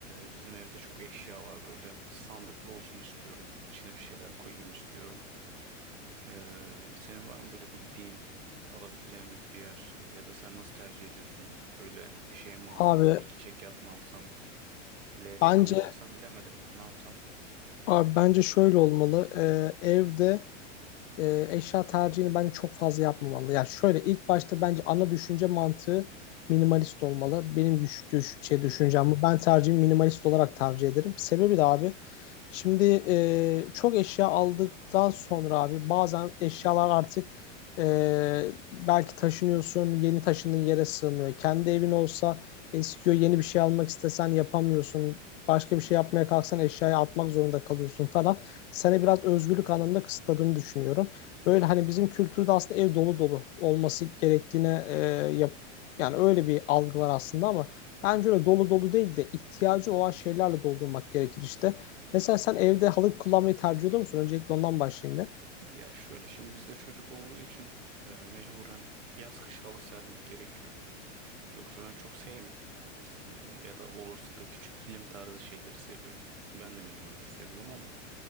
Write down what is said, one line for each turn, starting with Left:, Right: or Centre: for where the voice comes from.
Right: e, bizim evde çok eşya var böyle. Sandıklı olsun istiyorum. İçine bir şeyler koyayım istiyorum. Ee, senin var mı böyle bildiğin alabileceğimiz bir yer ya da sen nasıl tercih ediyorsun? Öyle bir şey mi alsam,
Left: Abi
Right: iki çekyat mı alsam, L takım
Left: bence
Right: mı alsam bilemedim ya ne yapsam?
Left: abi bence şöyle olmalı. Ee, evde e, eşya tercihini bence çok fazla yapmamalı. Yani şöyle ilk başta bence ana düşünce mantığı minimalist olmalı. Benim düş, düş- şey
Right: Hı
Left: düşüncem
Right: hı.
Left: bu. Ben tercihimi minimalist olarak tercih ederim. Sebebi de abi şimdi e, çok eşya aldıktan sonra abi bazen eşyalar artık e, belki taşınıyorsun, yeni taşındığın yere sığmıyor. Kendi evin olsa eskiyor, yeni bir şey almak istesen yapamıyorsun. Başka bir şey yapmaya kalksan eşyayı atmak zorunda kalıyorsun falan seni biraz özgürlük anlamında kısıtladığını düşünüyorum. Böyle hani bizim kültürde aslında ev dolu dolu olması gerektiğine e, yap, yani öyle bir algı var aslında ama bence öyle dolu dolu değil de ihtiyacı olan şeylerle doldurmak gerekir işte. Mesela sen evde halı kullanmayı tercih ediyor musun? Öncelikle ondan başlayayım bir.
Right: Ya şöyle şimdi bizde çocuk olduğu için e, mecburen yaz kış halı sermek gerekiyor. Yoksa ben çok sevmiyorum aslında ya da olursa da küçük kilim tarzı şeyleri seviyorum. Ben de minimalist seviyorum ama